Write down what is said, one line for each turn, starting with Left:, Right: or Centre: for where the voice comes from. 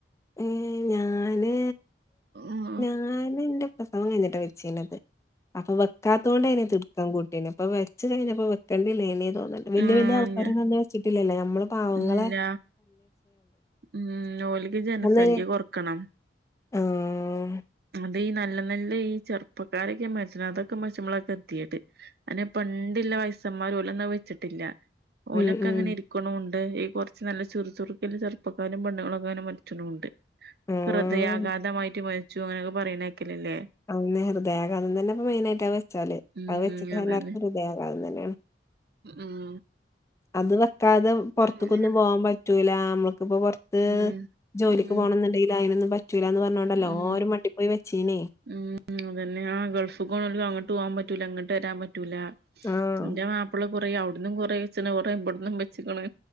Left: ഏ ഞാന്
Right: ഉം
Left: ഞാന് ഇന്റെ പ്രസവം കഴിഞ്ഞിട്ടാ വെചെന്നത് അപ്പൊ വെക്കാത്തുകൊണ്ട് അതിനെ തീർക്കാം കട്ടീന അപ്പൊ വെച്ച് കഴിഞ്ഞപ്പ വെക്കണ്ട ഇേനേ തോന്നില്ല വല്യ
Right: ഉം
Left: വല്യ ആൾക്കാരൊന്നും അന്ന് വെച്ചിട്ടില്ലല്ലോ നമ്മള് പാവങ്ങളെ
Right: ഇല്ല ഉം ഓല്ക്ക് ജനസംഖ്യ
Left: അന്ന്
Right: കൊറക്കണം
Left: ആഹ്
Right: അത് ഈ നല്ല നല്ല ഈ ചെറുപ്പക്കാരൊക്കെ മരിച്ച്ണ് അതൊക്കെ മരിച്ചുമ്പളൊക്കെ എത്തൈദ് അതന്നെ പണ്ടില്ല വയസ്സമാർ ഓലൊന്നത് വെച്ചിട്ടില്ല ഓലൊക്കെ
Left: ഉം ഉം
Right: അങ്ങനെ ഇരി ഇരിക്കുണുണ്ട് ഈ കുറച്ച് നല്ല ചുറു ചുറുക്ക്ല്ല ചെറുപ്പക്കാരും പെണ്ണുങ്ങളൊക്കെങ്ങനെ മരിച്ചുണൂണ്ട്
Left: ഉം
Right: ഹൃദയാഘാതമായിട്ട് മരിച്ചു അങ്ങനെയൊക്കെ പറീണെക്കലില്ലേ
Left: അതന്നെ ഹൃദയാഘാതം തന്നെപ്പൊ മെയിനായിട്ട് അത് വെച്ചാല്
Right: ഉം
Left: അത് വെച്ചിട്ട്
Right: അതന്നെ
Left: എല്ലാർക്കും ഹൃദയാഘാതം തന്നെയാണ്
Right: ഉം
Left: അത് വെക്കാതെ പൊറത്ത്ക്കൊന്നും
Right: അങ്ങനെങ്ങനെ
Left: പോവാൻ പറ്റൂല അമ്മൾക്കിപ്പോ പൊറത്ത്
Right: ഉം
Left: റത്ത് ജോലിക്ക്
Right: ഉം
Left: പോണംന്ന്ണ്ടെങ്കില് അയിനൊന്നും പറ്റൂലാന്ന് പറഞ്ഞോണ്ടല്ലോരും
Right: ഉം
Left: മണ്ടി പോയി വെച്ചീനേ
Right: ഉം അതന്നെ ആ ഗൾഫ്ക്ക് പോണോൽക്ക് അങ്ങട്ട് പോകാൻ പറ്റൂല ഇങ്ങട്ട് വരാൻ പറ്റൂല
Left: ആഹ്
Right: ഇന്റെ മാപ്പള കുറേ അവിട്ന്നും കുറേ വെച്ച്ണ് കൊറേ ഇവിടന്നും വെച്ച്ക്ക്ണ്